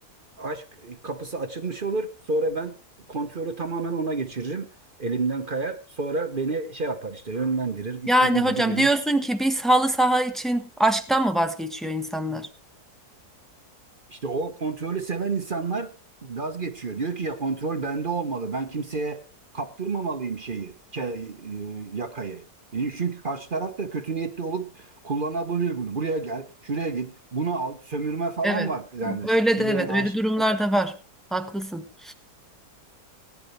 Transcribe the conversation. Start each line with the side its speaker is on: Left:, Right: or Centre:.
Right: aşk kapısı açılmış olur. Sonra ben kontrolü tamamen ona geçiririm. Elimden kayar. Sonra beni şey yapar işte yönlendirir. istediği
Centre: yani hocam
Right: gibi beni.
Centre: diyorsun ki biz halı saha için aşktan mı vazgeçiyor insanlar?
Right: İşte o kontrolü seven insanlar gaz geçiyor. Diyor ki ya kontrol bende olmalı. Ben kimseye kaptırmamalıyım şeyi, ke- e, yakayı. E, Çünkü karşı taraf da kötü niyetli olup kullanabilir bunu. Buraya gel, şuraya git, bunu al, sömürme falan
Centre: Evet.
Right: var. Yani
Centre: Öyle
Right: sevgilen
Centre: de evet.
Right: aşık.
Centre: Öyle durumlar da var. Haklısın.